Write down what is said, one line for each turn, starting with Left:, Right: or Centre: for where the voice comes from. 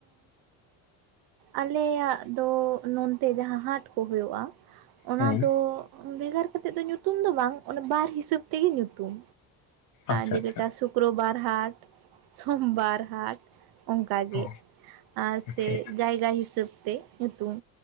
Right: ᱟᱞᱮᱭᱟᱜ ᱫᱚ ᱱᱚᱱᱛᱮ ᱡᱟᱦᱟᱸ ᱦᱟᱴ ᱠᱚ ᱦᱩᱭᱩᱜᱼᱟ᱾ ᱚᱱᱟ
Left: ᱦᱮᱸ
Right: ᱫᱚ, ᱵᱷᱮᱜᱟᱨ ᱠᱟᱛᱮᱫ ᱫᱚ ᱧᱩᱛᱩᱢ ᱫᱚ ᱵᱟᱝ ᱚᱱᱟ ᱵᱟᱨ ᱦᱤᱥᱟᱹᱵ ᱛᱮᱜᱮ ᱧᱩᱛᱩᱢ᱾
Left: ᱟᱪᱪᱷᱟ
Right: ᱡᱮᱞᱮᱠᱟ
Left: ᱟᱪᱪᱷᱟ
Right: ᱥᱩᱠᱨᱚᱵᱟᱨ ᱦᱟᱴ, ᱥᱳᱚᱢᱵᱟᱨ ᱦᱟᱴ᱾ ᱚᱱᱠᱟ ᱜᱮ
Left: ᱚ
Right: ᱟᱨ
Left: ᱟᱪᱪᱷᱟ
Right: ᱥᱮ᱾
Left: ᱟᱪᱪᱷᱟ
Right: ᱡᱟᱭᱜᱟ ᱦᱤᱥᱟᱹᱵ ᱛᱮ ᱧᱩᱛᱩᱢ